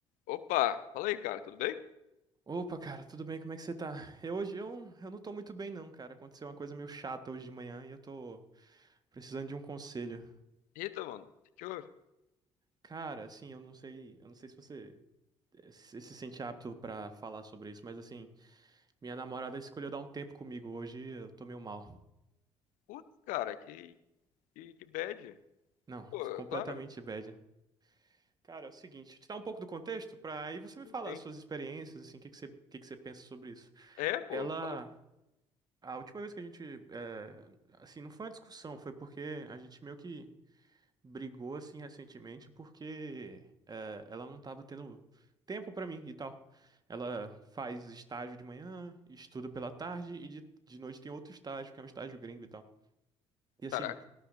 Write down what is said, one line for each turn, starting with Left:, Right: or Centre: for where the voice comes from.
Left: Opa, fala aí, cara, tudo bem?
Right: Opa, cara, tudo bem? Como é que você tá? Eu hoje eu, eu não tô muito bem não, cara. Aconteceu uma coisa meio chata hoje de manhã e eu tô precisando de um conselho.
Left: Eita, mano, o que que houve?
Right: Cara, assim, eu não sei, eu não sei se você eh, se se sente apto pra falar sobre isso, mas assim, minha namorada escolheu dar um tempo comigo hoje, e eu tô meio mal.
Left: Putz, cara, que, que, que bad.
Right: Não,
Left: Pô,
Right: completamente
Left: é claro,
Right: bad. Cara, é o seguinte, deixa eu te dar um pouco do contexto pra aí você me falar
Left: tem.
Right: as suas experiências, assim, o que que você, o que que você pensa sobre isso.
Left: É, pô,
Right: Ela,
Left: fala-
Right: a última vez que a gente, eh, assim, não foi uma discussão, foi porque a gente meio que brigou assim recentemente porque eh, ela não estava tendo tempo para mim e tal. Ela faz estágio de manhã, estuda pela tarde e de, de noite tem outro estágio, que é um estágio gringo e tal. E assim,
Left: caraca,